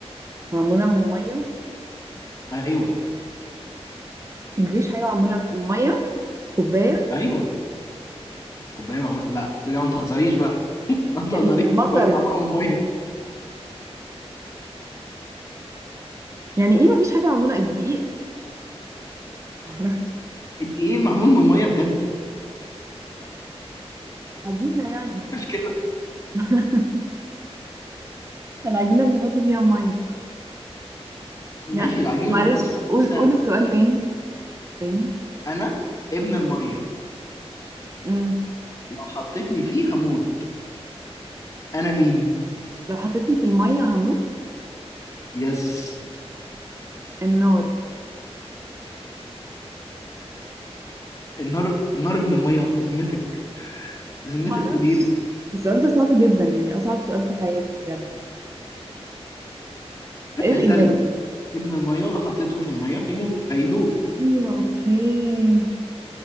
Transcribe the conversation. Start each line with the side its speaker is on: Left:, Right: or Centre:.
Right: معمولة من مية
Left: أيوه
Right: مفيش حاجة معمولة من مية كوباية
Left: أيوه كوبايه معمول لا بجد ما تهزريش بقى <laughs> ما تهزريش
Right: المطر
Left: بقول لك معموله من ميه
Right: يعني ايه مفيش حاجة معمولة الدقيق <laughs> معرفش
Left: انت ايه معمول من ميه بجد
Right: عجينة يعني
Left: مش كده
Right: <laughs> العجينة بنحط فيها مية
Left: ماشي
Right: يعني
Left: العجينه
Right: معلش
Left: بنحط فيها ميه
Right: قول
Left: بس
Right: قول السؤال تاني تاني
Left: انا ابن الميه
Right: امم
Left: لو حطيتني فيه هموت انا مين
Right: لو حطيتني في المية هموت
Left: يس
Right: النار
Left: النار النار ابن الميه ذمتك
Right: <laughs>
Left: ذمتك
Right: معرفش
Left: وديرك
Right: السؤال ده صعب جدا يعني أصعب سؤال في حياتي بجد ايه
Left: التلج
Right: الإجابة؟
Left: ابن الميه ولو حطيته في الميه هيموت هيدوب
Right: أيوة أوكي